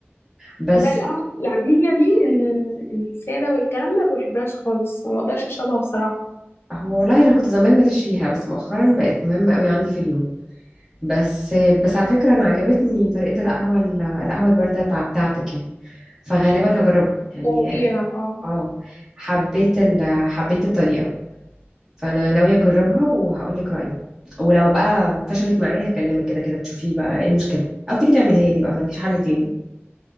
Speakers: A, in the centre; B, on the left.
A: بس
B: ده القهوة العادية دي ال- السادة والكلام ده ما بحبهاش خالص ما بقدرش أشربها بصراحة
A: هو والله انا كنت زمان ماليش فيها بس مؤخرا بقت مهمه قوي عندي في اليوم بس بس على فكره انا عجبتني طريقه القهوه القهوه البارده بتاع- بتاعتك يعني فغالبا هجربها يعني
B: جربيها اه
A: اه حبيت ال... حبيت الطريقة فأنا ناوية أجربها وهقولك رأيي ولو بقى فشلت معايا هكلمك كده كده تشوفي بقى ايه المشكلة أو تيجي تعمليها لي بقى مالكيش حل تاني